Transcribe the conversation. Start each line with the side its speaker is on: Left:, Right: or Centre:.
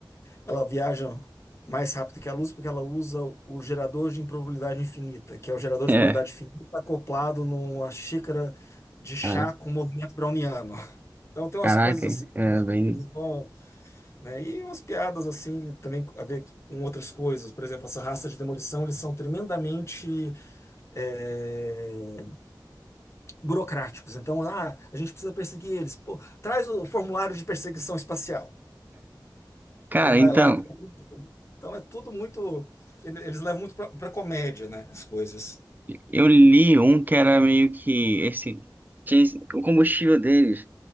Left: ela viaja mais rápido que a luz porque ela usa o gerador de improbabilidade infinita, que é o gerador
Right: É,
Left: de probabilidade infinita acoplado numa xícara de chá
Right: caraca.
Left: com movimento browniano. Então tem
Right: Caraca,
Left: umas coisas assim,
Right: é bem.
Left: eles vão, né? E umas piadas assim também a ver com outras coisas. Por exemplo, essa raça de demolição, eles são tremendamente é, burocráticos. Então, ah, a gente precisa perseguir eles. Pô, traz o formulário de perseguição espacial.
Right: Cara,
Left: Aí vai
Right: então,
Left: lá. Então é tudo muito. ele- Eles levam muito pra, pra comédia, né? As coisas.
Right: eu li um que era meio que esse. Tinha esse- o combustível deles.